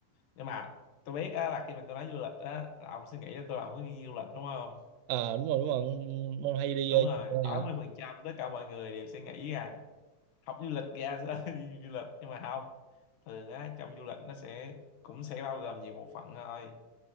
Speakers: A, on the left; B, on the right.
A: nhưng mà tôi biết á là khi mà tôi nói du lịch á là ông suy nghĩ là tôi làm hướng dẫn viên du lịch đúng không
B: à đúng rồi đúng rồi mong hay đi
A: đúng
B: ờ, nhiều
A: rồi
B: nơi
A: 80%
B: hả
A: tất cả mọi người đều suy nghĩ rằng học du lịch ra sẽ <laughs> đi du lịch nhưng mà không thường á trong du lịch nó sẽ cũng sẽ bao gồm nhiều bộ phận thôi